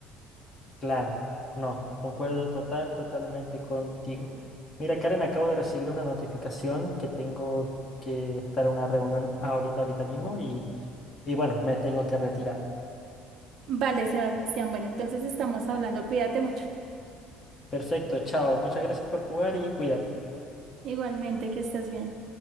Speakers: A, on the left; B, on the right.
A: Claro, no, concuerdo total, totalmente contigo. Mira, Karen, acabo de recibir una notificación que tengo que estar en una reunión ahorita, ahorita mismo y, y bueno, me tengo que retirar.
B: Vale, Sebastián. Bueno, entonces estamos hablando. Cuídate mucho.
A: Perfecto, chao, muchas gracias por jugar y cuídate.
B: Igualmente, que estés bien.